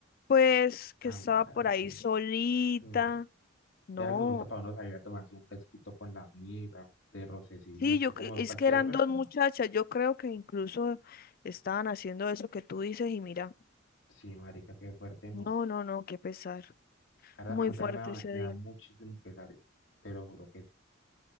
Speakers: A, on the left; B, on the left.
A: pues que
B: tan
A: estaba
B: tarde.
A: por ahí solita,
B: mm,
A: no.
B: Era el momento para uno salir a tomarse un fresquito con la amiga, de rocecillito,
A: Sí, yo
B: como
A: cre- es
B: cualquier
A: que eran
B: persona.
A: dos muchachas, yo creo que incluso estaban haciendo eso que tú dices y mira,
B: Sí, marica, qué fuerte, no.
A: no, no, no, qué pesar.
B: La verdad,
A: Muy
B: a mí
A: fuerte
B: también me
A: ese
B: da, me
A: día.
B: da muchísimo pesar eso, te lo juro que